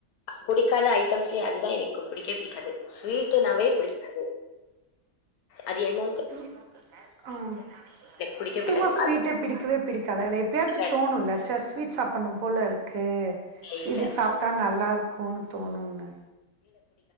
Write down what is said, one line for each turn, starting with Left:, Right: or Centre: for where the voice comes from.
Left: புடிக்காத ஐட்டம்ஸ்லயே அதுதான் எனக்கு பிடிக்கவே பிடிக்காது ஸ்வீட்னாவே பிடிக்காது அது என்ன
Right: உஹம்
Left: பிடிக்கவே
Right: சுத்தமா
Left: பிடிக்காது.
Right: ஸ்வீட்டே
Left: அது
Right: பிடிக்கவே பிடிக்காத இல்ல எப்பயாச்சும்
Left: பிடிக்காது.
Right: தோணும்ல்ல ஸ்வீட்ஸ் சாப்பன்னும் போல இ ருக்கு
Left: இல்ல,
Right: இது சாப்டா நல்லா இருக்கும்ன்னு தோணும்ணு